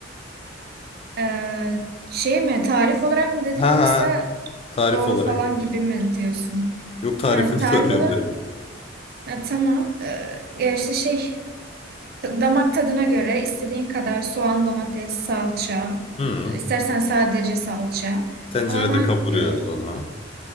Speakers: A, on the right; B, on the left.
A: Ee, şey mi tarif olarak mı dedin
B: Ha
A: yoksa
B: ha. Tarif
A: doğru
B: olarak.
A: falan gibi mi diyorsun?
B: Yok tarifini
A: Ha, tarif
B: <laughs> soruyorum
A: olarak
B: direkt.
A: ha, tamam. Ee, ya işte şey damak tadına göre istediğin kadar soğan, domates, salça.
B: Hı.
A: İstersen sadece salça.
B: Tencerede
A: Ama ben
B: kavuruyoruz
A: e,
B: onu.